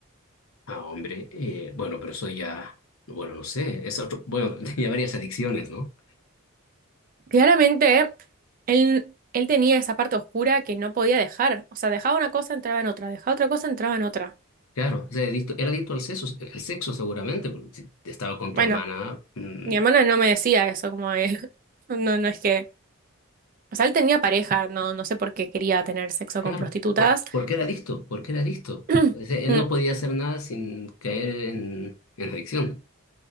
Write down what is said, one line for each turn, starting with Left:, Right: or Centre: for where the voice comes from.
Left: Ah, hombre, eh, bueno, pero eso ya, bueno, no sé, es otro, bueno, <laughs> tenía varias adicciones, ¿no?
Right: Claramente, él, él tenía esa parte oscura que no podía dejar. O sea, dejaba una cosa, entraba en otra, dejaba otra cosa, entraba en otra.
Left: Claro, o sea, adicto- era adicto al sexo, al sexo seguramente, porque si estaba con
Right: Bueno,
Left: tu hermana. mm,
Right: mi hermana no me decía eso, como de- <laughs> no, no es que... O sea, él tenía pareja, no, no sé por qué quería tener sexo
Left: claro,
Right: con prostitutas.
Left: ¿por, por qué era adicto? ¿Por qué era adicto?
Right: <clears throat>
Left: O sea, él
Right: Mm.
Left: no podía hacer nada sin caer en, en adicción.